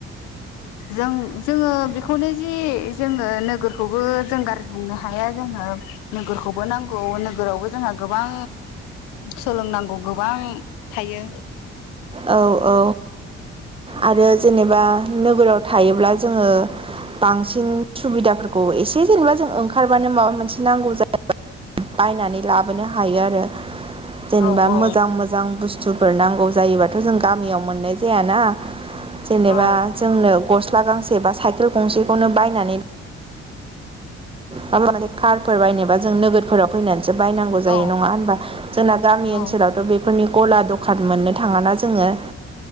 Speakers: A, on the left; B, on the right.
A: जों जोङो बेखौनो जि जोङो नोगोरखौबो जों गाज्रि बुंनो हाया जोङो ओ नोगोरखौबो नांगौ नोगोरावबो जोंहा गोबां सोलोंनांगौ गोबां थायो
B: औ औ आरो जेनेबा नोगोराव थायोब्ला जोङो बांसिन सुबिदाफोरखौ एसे जेनेबा जों ओंखारबानो माबा मोनसे नांगौ जायो बायनानै लाबोनो हायो आरो जेनेबा
A: औ औ
B: मोजां मोजां बुस्थुफोर नांगौ जायोबा बेखौ जों गामियाव मोननाय जायख ना जेनेबा
A: औ
B: जोंनो गस स्ला गांसे बा साइकेल गंसेखौनो बायनानै माबा मोनसे कारफोर बायनोबा जों नोगोरफोराव फैनानै सो बायनांगौ जायो
A: औ
B: नङा होनबा जोंना गामि ओनसोलावथ'
A: औ
B: बे फोरनि गला दखान मोननो थाङा ना जोङो